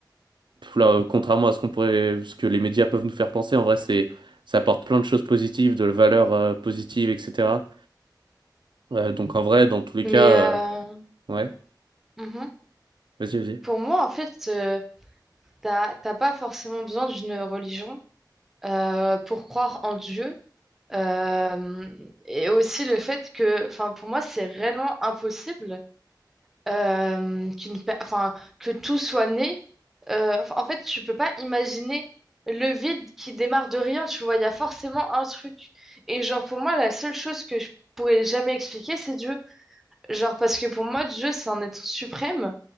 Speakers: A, on the right; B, in the centre.
A: Là, euh, contrairement à ce qu'on pourrait, ce que les médias peuvent nous faire penser, en vrai, c'est, ça apporte plein de choses positives, de la valeur euh, positive, etc. Euh, donc en vrai, dans tous les
B: mais
A: cas, euh,
B: euh,
A: ouais,
B: mhm.
A: vas-y, vas-y.
B: Pour moi, en fait, euh, t'as, t'as pas forcément besoin d'une religion euh, pour croire en Dieu. Euh, et aussi le fait que, enfin, pour moi, c'est réellement impossible euh, qu'une pe- enfin, que tout soit né. Euh, enfin, en fait, tu peux pas imaginer le vide qui démarre de rien, tu vois, il y a forcément un truc. Et genre, pour moi, la seule chose que je pourrais jamais expliquer, c'est Dieu. Genre, parce que pour moi, Dieu, c'est un être suprême